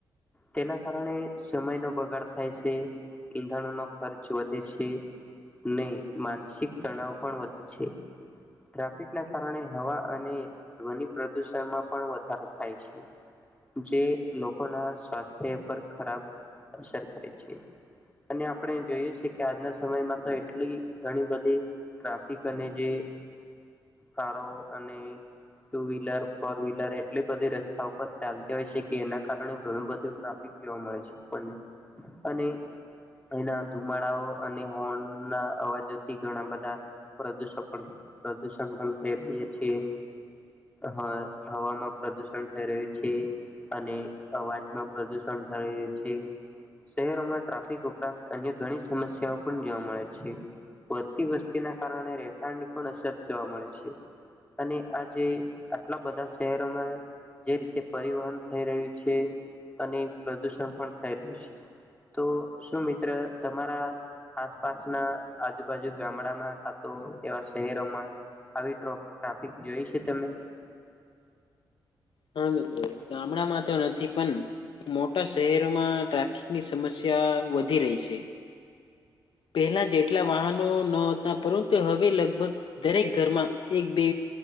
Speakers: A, on the left; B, on the left.
A: તેના કારણે સમયનો બગાડ થાય છે. ઈંધણોનો ખર્ચ વધે છે. નહી માનસિક તણાવ પણ વધ છે. ટ્રાફિકના કારણે હવા અને ધ્વનિ પ્રદુષણમાં પણ વધારો થાય છે. જે લોકોના સ્વાસ્થ્ય પર ખરાબ અસર કરે છે. અને આપડે જોઈએ છીએ કે આજના સમયમાં તો એટલી ઘણી બધી ટ્રાફિક અને જે એ કારો અને ટુ વ્હીલર ફોર વ્હીલર એટલી બધી રસ્તા ઉપર ચાલતી હોય છે કે એના કારણે ઘણું બધું ટ્રાફિક જોવા મળે છે આપણને અને એના ધુમાડાઓ અને હોર્નના અવાજોથી ઘણા બધા પ્રદુષણ પ્રદુષણ પણ થઈ રહ્યા છીએ. હા, હવામાં પ્રદુષણ થઈ રહી છે અને અવાજમાં પ્રદુષણ થાય છે. શહેરોમાં ટ્રાફિક ઉપરાંત અન્ય ઘણી સમસ્યાઓ પણ જોવા મળે છે. વધતી વસ્તીના કારણે રહેઠાણ ની પણ અસર જોવા મળે છે. અને આજે આટલા બધા શહેરોમાં જે રી તે પરિવહન થઈ રહ્યું છે અને પ્રદુષણ પણ થઈ રહ્યું છે. તો શું મિત્ર તમારા આસપાસના આજુબાજુ ગામડામાં કા તો એવા શહેરોમાં આવી ટ્રો-ટ્રાફિક જોઈ છે તમે?
B: હા, મિત્ર ગામડામાં તો નથી પણ મોટા શહેરમાં ની સમસ્યા વધી રહી છે. પહેલા જેટલા વાહન નો નહોતા પરંતુ હવે લગભગ દરેક ઘરમાં એક બે